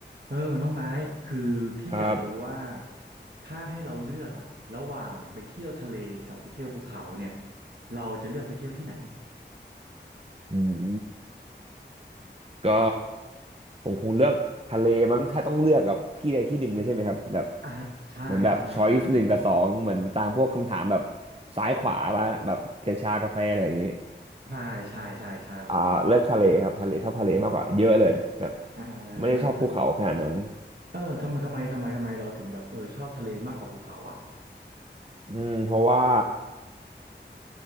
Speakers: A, on the right; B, on the right.
A: เออน้องไม้คือพี่อยากรู้ว่า
B: ครับ
A: ถ้าให้เราเลือกอะระหว่างไปเที่ยวทะเลกับไปเที่ยวภูเขาเนี่ยเราจะเลือกไปเที่ยวที่ไหน
B: อืมก็ผมคงเลือกทะเลมั้ง ถ้าต้องเลือกกับที่ใดที่หนึ่งเลยใช่ไหมครับแบบ
A: อ่ะฮะใช่ใช่ใช่
B: เหมือนแบบช้อยส์หนึ่งกับสองเหมือนตามพวกคำถามแบบซ้ายขวาว่าแบบกระชากาแฟอะไรอย่างนี้
A: ใช่ใช่ใช่ใช่
B: อ่าเลือกทะเลครับทะเลชอบทะเลมากกว่าเยอะเลยแบบ
A: อ่า
B: ไม่ได้ชอบภูเขาขนาดนั้น
A: ถ้าเออทำไมทำไมทำไมทำไมเราถึงแบบเออชอบทะเลมากกว่าภูเขาอ่ะ
B: อืมเพราะว่า